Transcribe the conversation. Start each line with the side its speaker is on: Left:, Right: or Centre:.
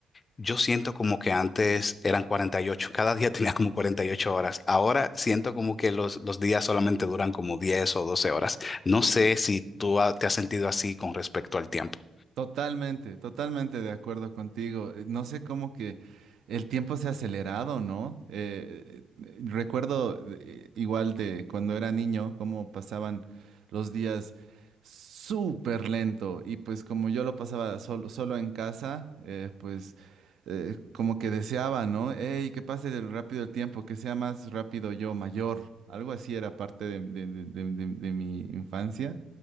Left: yo siento como que antes eran 48. cada día <laughs> tenía como 48 horas. Ahora siento como que los, los días solamente duran como 10 o 12 horas. No sé si tú ha- te has sentido así con respecto al tiempo.
Right: Totalmente, totalmente de acuerdo contigo. Eh, No sé cómo que el tiempo se ha acelerado, ¿no? Eh, eh, eh, recuerdo eh, igual de cuando era niño, cómo pasaban los días súper lento y pues como yo lo pasaba solo, solo en casa, eh, pues eh, como que deseaba, ¿no? ¡Ey, que pase el- rápido el tiempo, que sea más rápido yo, mayor! Algo así era parte de de- de- de- de- de mi infancia.